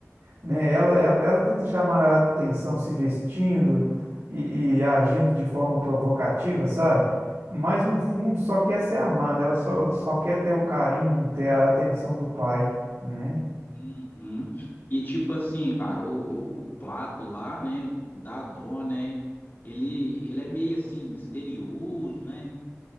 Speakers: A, on the right (about 80°); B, on the left (about 40°).
A: né? Ela, ela, ela tenta chamar a atenção se vestindo e, e agindo de forma provocativa, sabe? Mas no fundo só quer ser amada, ela só, só quer ter o carinho, ter a atenção do pai, né?
B: Uhum. E tipo assim, cara, o, o Plato lá, né, da dó, né, ele, ele é meio assim, misterioso, né?